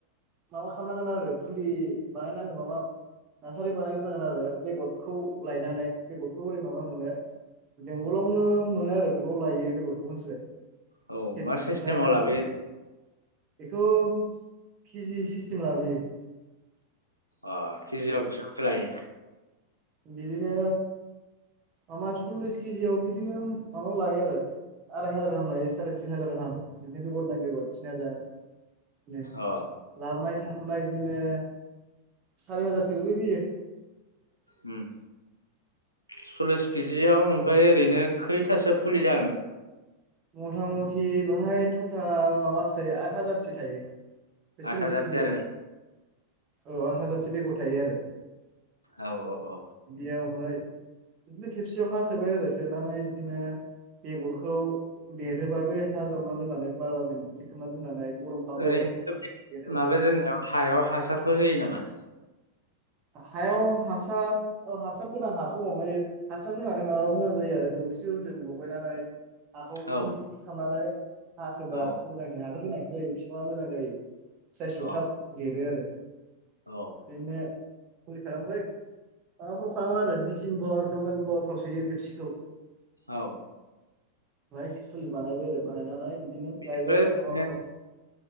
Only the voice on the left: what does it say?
औ
मा
सिस्टेमाव लाबोयो
अ खिजियााव बेसेबांसो लायो?
अ
ओम सल्लिस केजियाव ओमफ्राय ओरैनो खैथासो फुलि जागोन?
आठ
हाजारसो
आरोना
औ औ औ।
ओरैनो
<unintelligible>
माबाजेननायाव हायाव हासारफोर होयो नामा?
औ
औ अ
अ औ
औ
औ।
ओमफ्राय ओरैनो